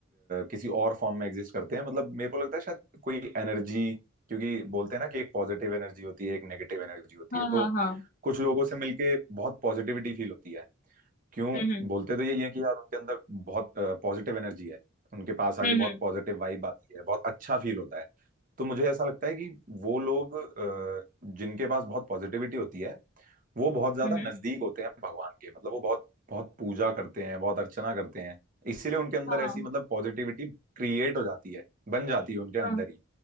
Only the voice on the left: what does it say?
हाँ
हाँ
हाँ
हम्म
हम्म
हम्म
हम्म हम्म,
हाँ
हाँ